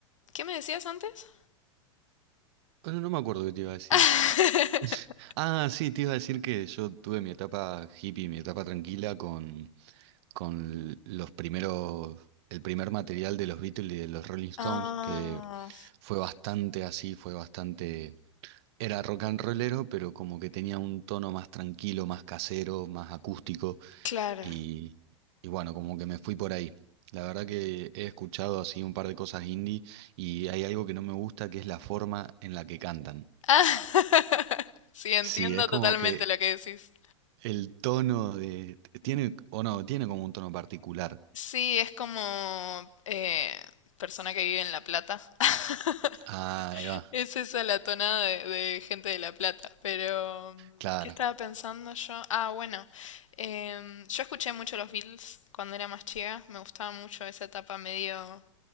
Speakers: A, on the left; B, on the right.
A: ¿Qué me decías antes?
B: Bueno, no me acuerdo qué te iba a decir.
A: <laughs>
B: <laughs> Ah, sí, te iba a decir que yo tuve mi etapa hippie, mi etapa tranquila con, con los primeros, el primer material de los Beatles y de los Rolling Stones,
A: Ah,
B: que fue bastante así, fue bastante Era rock and rollero, pero como que tenía un tono más tranquilo, más casero, más acústico
A: claro.
B: y, y bueno, como que me fui por ahí. La verdad que he escuchado así un par de cosas indie y hay algo que no me gusta que es la forma en la que cantan.
A: Ah, <laughs> sí, entiendo
B: Sí, es como
A: totalmente
B: que
A: lo que decís.
B: el tono de... Tiene, o no, tiene como un tono particular.
A: Sí, es como eh, persona que vive en La Plata. <laughs>
B: Ah, ahí va.
A: Es esa la tonada de, de gente de La Plata, pero mm,
B: Claro.
A: ¿qué estaba pensando yo? Ah, bueno, em, yo escuché mucho los Beatles cuando era más chica, me gustaba mucho esa etapa medio